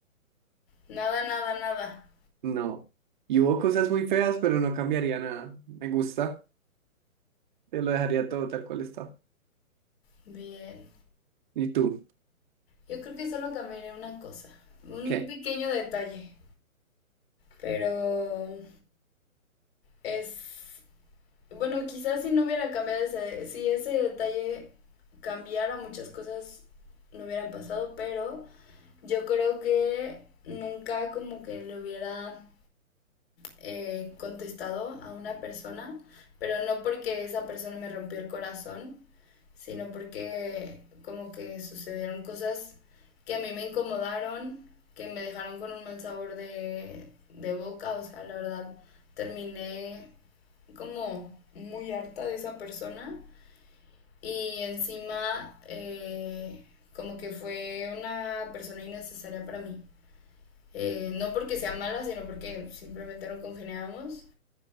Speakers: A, on the left (about 45°); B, on the right (about 35°).
A: Nada, nada, nada.
B: No. Y hubo cosas muy feas, pero no cambiaría nada. Me gusta. Te lo dejaría todo tal cual está.
A: Bien.
B: ¿Y tú?
A: Yo creo que solo cambiaría una cosa, un
B: ¿Qué?
A: pequeño detalle, pero es Bueno, quizás si no hubiera cambiado ese, si ese detalle cambiara muchas cosas no hubieran pasado, pero yo creo que nunca como que le hubiera eh, contestado a una persona, pero no porque esa persona me rompió el corazón, sino porque como que sucedieron cosas que a mí me incomodaron, que me dejaron con un mal sabor de, de boca, o sea, la verdad, terminé como muy harta de esa persona y encima eh, como que fue una persona innecesaria para mí. Eh, no porque sea mala, sino porque simplemente no congeniábamos.